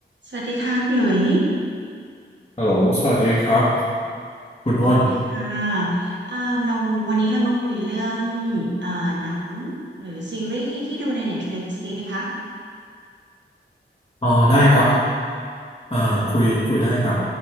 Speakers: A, on the right; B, on the left.
A: สวัสดีค่ะคุณหลุย
B: ฮัลโหลสวัสดีครับ คุณอ้น
A: สวัสดีค่ะ อ่าเราวันนี้เรามาคุยเรื่อง อ่าหนังหรือซีรีส์ที่ดูใน Netflix ดีไหมคะ
B: อ๋อได้ครับอ่าคุยคุยได้ครับ
A: ค่ะ